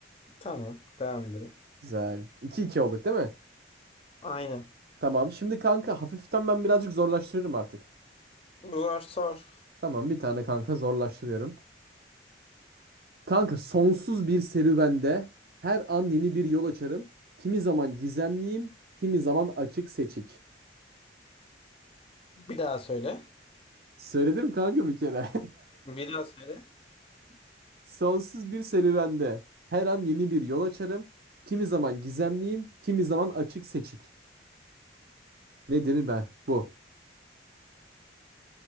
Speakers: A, on the left; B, on the right.
A: Tamam. Devam edelim.
B: Güzel. 2 iki olduk değil mi?
A: Aynen.
B: Tamam. Şimdi kanka hafiften ben birazcık zorlaştırırım artık.
A: Zor sor.
B: Tamam bir tane kanka zorlaştırıyorum. Kanka sonsuz bir serüvende her an yeni bir yol açarım. Kimi zaman gizemliyim, kimi zaman açık seçik.
A: Bir daha söyle.
B: Söyledim kanka bir kere.
A: Bir daha söyle.
B: <laughs> Sonsuz bir serüvende her an yeni bir yol açarım. Kimi zaman gizemliyim, kimi zaman açık seçik. Nedir be bu?